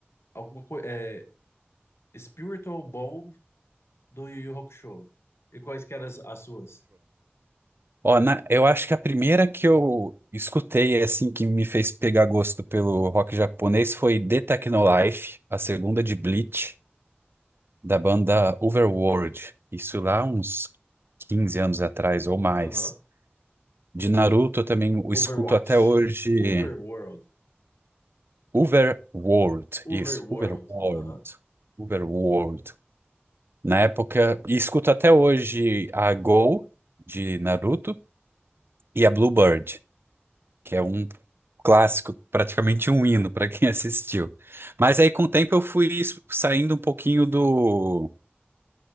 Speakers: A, on the left; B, on the right.
A: Alguma coisa, é Spiritual Bomb do Yu Yu Hakusho. E quais que eram as, as suas?
B: Ó, na- eu acho que a primeira que eu escutei, assim, que me fez pegar gosto pelo rock japonês foi The Technolife, a segunda de Bleach, da banda Overworld. Isso lá uns 15 anos atrás ou mais.
A: Aham.
B: De Naruto eu também o escuto
A: Overwatch.
B: até hoje.
A: Overworld.
B: Overworld,
A: Overworld.
B: isso, Overworld,
A: Aham.
B: Overworld. Na época, e escuto até hoje a Go de Naruto e a Bluebird. que é um clássico, praticamente um hino para quem <laughs> assistiu. Mas aí com o tempo eu fui es- saindo um pouquinho do